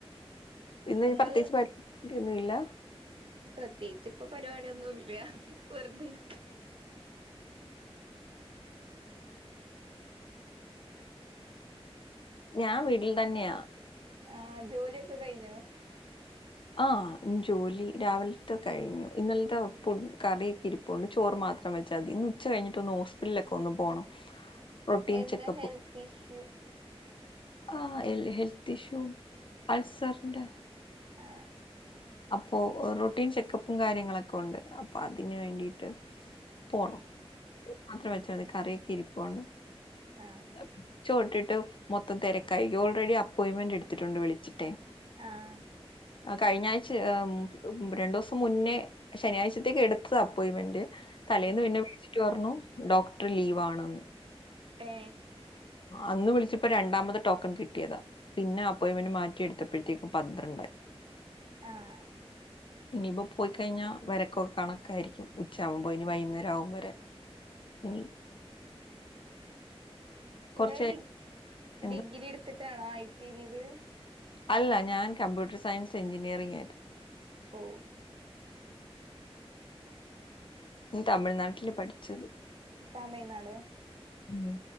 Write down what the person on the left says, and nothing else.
ഇന്ന് ഇനി
പ്രത്യേകിച്ച് പ ഒന്നും ഇല്ല
ഞാൻ വീട്ടിൽ തന്നെയാ
ആ ജോലി രാവിലത്തെ കഴിഞ്ഞു ഇന്നലത്തെ ഫു കറിയൊക്കെ ഇരിപ്പൊണ്ട് ചോറ് മാത്രം വെച്ചാൽ മതി ഇന്ന് ഉച്ച കഴിഞ്ഞിട്ടൊന്ന് ഹോസ്പിറ്റലൊക്കെ ഒന്ന് പോണം റൊട്ടീൻ
ചെക്കപ്പ്
ആ ഹെൽത്ത് ഇഷ്യൂ അൾസറിന്റെ
അപ്പൊ റൊട്ടീൻ ചെക്കപ്പും കാര്യങ്ങളൊക്കെ ഒണ്ട് അപ്പൊ അതിന് വേണ്ടിട്ട് പോണം
മാത്രം വെച്ചാൽ മതി കറിയൊക്കെ ഇരിപ്പൊണ്ട്
അ ചോട്ടിട്ട് ട്ട് മൊത്തം തിരക്കായി ഓൾറെഡി അപ്പോയിന്റ്മെന്റ് എടുത്തിട്ടുണ്ട് വിളിച്ചിട്ടെ
ആ കഴിഞ്ഞ ആഴ്ച ഹ് രണ്ടു ദിവസം മുന്നേ ശനിയാഴ്ചത്തേക്ക് എടുത്തത് അപ്പോയിന്റ്മെന്റ് തലേന്ന്
പിന്നെ വിളിച്ചിട്ട് പറഞ്ഞു ഡോക്ടർ ലീവ ആണെന്ന്
അന്ന് വിളിച്ചപ്പോ രണ്ടാമത് ടോക്കൺ കിട്ടിയതാ പിന്നെ അപ്പോയിന്മെന്റ് മാറ്റിയെടുത്തപ്പോഴത്തേക്കും പന്ത്രണ്ടായി
ഇനിയിപ്പോ പോയിക്കഴിഞ്ഞാ വരക്കൊക്കെ കണക്കായിരിക്കും ഉച്ച ആകുമ്പോ ഇനി വൈകുന്നേരം ആകും വരാൻ ഇനി കുറച്ച്
എന്ത
അല്ല ഞാൻ കമ്പ്യൂട്ടർ സയൻസ് എഞ്ചിനീയറിങ് ആയിരുന്നു
തമിഴ്നാട്ടില് പഠിച്ചത്
ഉ